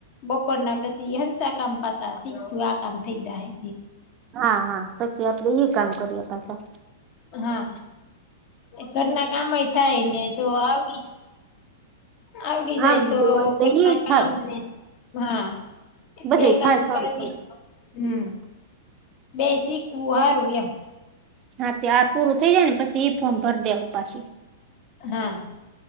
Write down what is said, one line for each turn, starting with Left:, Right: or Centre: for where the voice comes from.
Left: બપોર ના પછી હંસા કામ પાછા શીખું આ કામ થઈ જાય.
Right: હા હા પછી આપણે એ કામ કરીએ પાછા
Left: હા એ ઘરના કામય થાય ને તો આવડી આવડી જાય
Right: આવડતું
Left: તો
Right: હોય
Left: ઘરના
Right: એ
Left: કામને
Right: થાય
Left: હા
Right: બધું
Left: બે કામ
Right: થાય થોડું
Left: કરવીશ
Right: થોડું
Left: હમ બેય શીખવું હારુ એમ
Right: હા ત આ પૂરું થઈ જાય ને પછી, ઈ ફોર્મ ભર દેવું પાછી
Left: હા